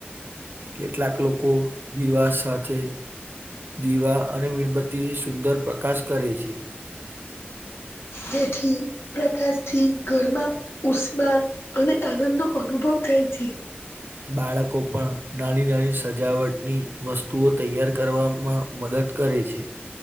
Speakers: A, on the right (about 60°); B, on the left (about 85°).
A: કેટલાક લોકો દિવા સાથે દીવા અને મીણબત્તી થી સુંદર પ્રકાશ કરે છે.
B: જેથી પ્રકાશથી ઘરમાં. ઉષ્મા અને આનંદ નો અનુભવ થાય છે.
A: બાળકો પણ નાની નાની સજાવટની વસ્તુઓ તૈયાર કરવામાં મદદ કરે છે.